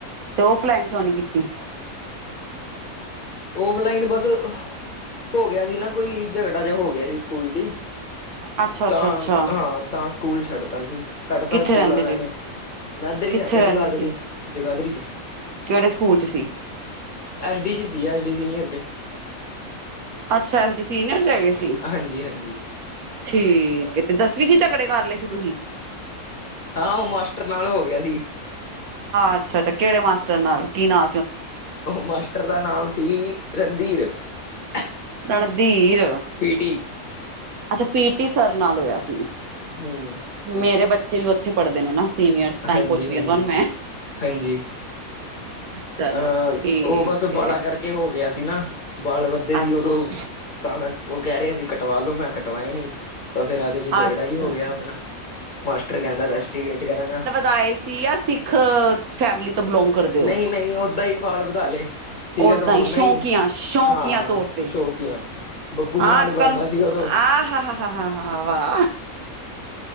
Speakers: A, on the right; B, on the left.
A: ਤੇ ਔਫਲਾਈਨ ਕਿਉਂ ਨੀ ਕੀਤੀ।
B: ਔਫਲਾਈਨ ਬਸ ਹੋ ਗਿਆ ਸੀ ਨਾ ਕੋਈ ਝਗੜਾ ਜਿਹਾ ਹੋ ਗਿਆ ਸੀ ਸਕੂਲ ਚ ਹੀ
A: ਅੱਛਾ ਅੱਛਾ
B: ਤਾਂ
A: ਅੱਛਾ
B: ਹਾਂ ਤਾਂ ਸਕੂਲ ਛੱਡਤਾ ਸੀ ਕੱਢਤਾ
A: ਕਿੱਥੇ
B: ਸਕੂਲ
A: ਰਹਿੰਦੇ
B: ਵਾਲਿਆਂ
A: ਜੇ
B: ਨੇ ਮੈਂ ਇੱਧਰ ਹੀ
A: ਕਿੱਥੇ
B: ਰਹਿੰਦਾ
A: ਰਹਿੰਦੇ
B: ਜਗਾਦਰੀ
A: ਜੇ
B: ਜਗਾਦਰੀ ਚ,
A: ਕਿਹੜੇ ਸਕੂਲ ਚ ਸੀ
B: ਐਸ ਡੀ ਚ ਸੀ ਐਸ ਡੀ ਸੀਨੀਅਰ ਚ,
A: ਅੱਛਾ ਐਡ ਸੀ ਸੀਨੀਅਰ ਚਾਹੀਦੇ ਸੀ
B: ਹਾਂਜੀ ਹਾਂਜੀ
A: ਠੀਕ, ਕਿਤੇ ਦਸਵੀਂ ਸੀ ਝਗੜੇ ਕਰ ਲਏ ਸੀ ਤੁਸੀਂ,
B: ਹਾਂ ਉਹ ਮਾਸਟਰ ਨਾਲ ਹੋ ਗਿਆ ਸੀ।
A: ਅੱਛਾ -ਅੱਛਾ ਕਿਹੜੇ ਮਾਸਟਰ ਨਾਲ ਕੀ ਨਾ
B: ਮਾਸਟਰ ਦਾ ਨਾਮ ਸੀ ਰਣਧੀਰ <inaudible>
A: ਰਣਧੀਰ
B: ਪੀਟੀ
A: ਅੱਛਾ ਪੀਟੀ ਸਰ ਨਾਲ ਹੋਇਆ ਸੀ
B: ਹਮ
A: ਮੇਰੇ ਬੱਚੇ ਵੀ ਉੱਥੇ ਪੜ੍ਹਦੇ ਨੇ ਨਾ ਸੀਨੀਅਰ 'ਚ ਤਾਂ
B: ਹਾਂਜੀ
A: ਹੀ ਪੁੱਛ ਗਿਆ
B: ਹਾਂਜੀ
A: ਤੁੋਾਨੂੰ ਮੈਂ <inaudible>
B: ਹਾਂਜੀ
A: ਚਲੋ
B: ਅਹ
A: ਠੀਕ
B: ਉਹ ਬਸ
A: ਏ
B: ਬਾਲਾਂ ਕਰਕੇ ਹੋ ਗਿਆ ਸੀ ਨਾ ਬਾਲ ਵੱਧਦੇ
A: ਅੱਛਾ
B: ਸੀ ਉਦੋਂ ਤਾਂ ਮੈਂ ਉਹ ਕਹਿ ਰਿਹਾ ਸੀ ਕਟਵਾ ਲੋੋ ਮੈਂ ਕਟਵਾਏ ਨੀ। ਤਾਂ ਫੇਰ ਇਹਦੇ 'ਚ ਝਗੜਾ
A: ਅੱਛਾ
B: ਹੀ ਹੋ ਗਿਆ ਆਪਣਾ ਮਾਸਟਰ ਕਹਿੰਦਾ ਰੈਸਟੀਗੇਟ ਕਰਾਂਗਾ।
A: ਆਏ ਸੀ ਜਾਂ ਸਿੱਖ ਫੈਮਿਲੀ ਤੋਂ ਬਿਲੋਂਗ ਕਰਦੇ ਹੋ
B: ਨਹੀਂ- ਨਹੀਂ ਓਦਾਂ ਹੀ ਵਾਲ ਵਧਾ ਲਏ। ਸੀਗਾ
A: ਓਦਾਂ
B: ਤਾਂ ਮੋਨਾ
A: ਸ਼ੌਕੀਆਂ
B: ਹੀ
A: ਸ਼ੌਕੀਆਂ
B: ਹਾਂ -ਹਾਂ
A: ਤੌਰ ਤੇ
B: ਸ਼ੋਕੀਆਂ ਬੱਬੂ
A: ਹਾਂ
B: ਮਹਾਨ
A: ਅੱਜ
B: ਬਣਨਾ
A: ਕੱਲ ਆ
B: ਸੀ ਉਦੋਂ
A: ਹਾ ਹਾ ਹਾ ਹਾ ਹਾ ਵਾਹ